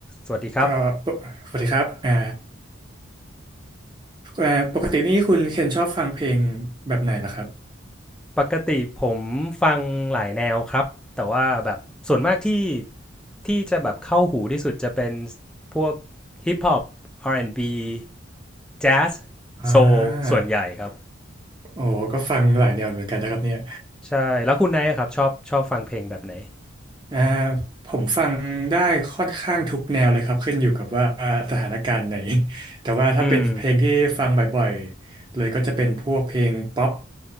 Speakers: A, in the centre; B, on the right.
A: สวัสดีครับ
B: ก็ปกสวัสดีครับอ่าอ่าปกตินี่คุณเคนชอบฟังเพลงแบบไหนล่ะครับ
A: ปกติผมฟังหลายแนวครับแต่ว่าแบบส่วนมากที่ที่จะแบบเข้าหูที่สุดจะเป็นพวกฮิปฮอป R&B แอนด์บีแจ๊ส
B: อ่า
A: โซลส่วนใหญ่ครับ
B: โอ้ก็ฟังหลายแนวเหมือนกันนะครับเนี่ย
A: ใช่แล้วคุณไนท์ครับชอบชอบฟังเพลงแบบไหน
B: อ่าผมฟังได้ค่อนข้างทุกแนวเลยครับขึ้นอยู่กับว่าสถานการณ์ไหน <laughs> แต่ว่าถ้าเป็นเพลงที่ฟังบ่อยๆเลยก็จะเป็นพวกเพลงป๊อป
A: อืม